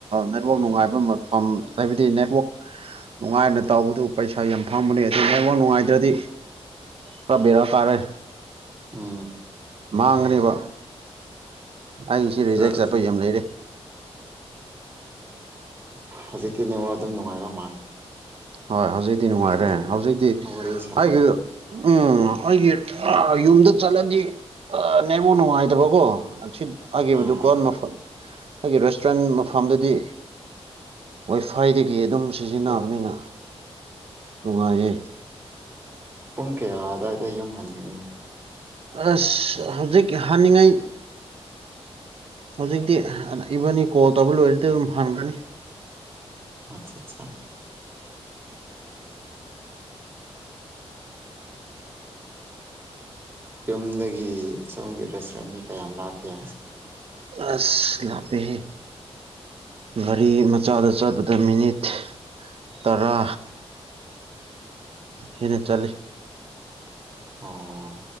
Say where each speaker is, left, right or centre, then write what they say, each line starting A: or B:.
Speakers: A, on the right; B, on the right.
A: ꯅꯦꯠꯋꯥꯛ ꯅꯨꯡꯉꯥꯏꯕ ꯍꯥꯏꯕꯗꯤ ꯅꯦꯠꯋꯥꯛ ꯅꯨꯡꯉꯥꯏꯅ ꯇꯧꯕꯗꯨ ꯄꯩꯁꯥ ꯌꯥꯝ ꯐꯕꯅꯤ ꯑꯗꯨ ꯂꯥꯏꯕꯃꯛ ꯅꯨꯡꯉꯥꯏꯇ꯭ꯔꯗꯤ ꯀꯕꯦꯔꯥ ꯀꯥꯔꯦ
B: ꯑ
A: ꯃꯥ ꯉꯅꯤꯕ ꯑꯩ ꯁꯤ ꯔꯦꯖꯦꯛ
B: ꯈꯔ
A: ꯆꯄꯩ
B: ꯑꯗꯨꯝ
A: ꯌꯥꯝ ꯂꯩꯔꯦ
B: ꯍꯧꯖꯤꯛꯀꯤꯅꯦꯉꯣ ꯑꯗꯨꯝ ꯅꯨꯡꯉꯥꯏꯔꯣ
A: ꯍꯣꯏ ꯍꯧꯖꯤꯛꯇꯤ ꯅꯨꯡꯉꯥꯏꯔꯦ
B: ꯑꯅꯤ
A: ꯍꯧꯖꯤꯛꯇꯤ
B: ꯋꯥꯔꯤ ꯁꯥꯕꯗꯤ
A: ꯍꯥꯏ ꯎꯝ ꯑꯩꯒꯤ ꯌꯨꯝꯗ ꯆꯠꯂꯗꯤ ꯑ ꯅꯕꯨ ꯅꯨꯡꯉꯥꯏꯇꯕꯀꯣ ꯁꯤꯠ ꯑꯒꯤꯈꯤꯕꯗꯨ
B: ꯑꯥ
A: ꯀꯣꯟ ꯃ ꯑꯩꯒꯤ ꯔꯦꯁꯇꯨꯔꯦꯟ ꯃꯐꯝꯗꯨꯗꯤ ꯋꯥꯏꯐꯥꯏꯗꯒꯤ ꯑꯗꯨꯝ ꯁꯤꯖꯤꯟꯅꯕꯅꯤꯅ ꯅꯨꯡꯉꯥꯏꯌꯦ
B: ꯄ ꯀꯌꯥ ꯑꯗꯨꯋꯥꯏꯗ ꯌꯨꯝ ꯍꯟꯒꯅꯤ
A: ꯑꯁ ꯍꯧꯖꯤꯛ ꯍꯥꯟꯅꯤꯡꯉꯥꯏ ꯍꯧꯖꯤꯛꯇꯤ ꯏꯕꯥꯅꯤ ꯀꯣꯠꯇꯕ ꯂꯣꯏꯔꯗꯤ ꯑꯗꯨꯝ ꯍꯟꯒꯅꯤ
B: ꯑꯠꯆꯥ ꯑꯠꯆꯥ ꯌꯨꯝꯗꯒꯤ ꯁꯣꯝꯒꯤ ꯔꯦꯁꯇꯨꯔꯦꯟꯅꯤ ꯀꯌꯥꯝ ꯂꯥꯛꯀꯦ
A: ꯑꯁ ꯂꯥꯛꯄꯦꯍꯦ ꯒꯥꯔꯤ ꯃꯆꯥꯗ ꯆꯠꯄꯗ ꯃꯤꯅꯤꯠ ꯇꯔꯥ ꯍꯦꯅ ꯆꯂꯦ
B: ꯑꯣꯝ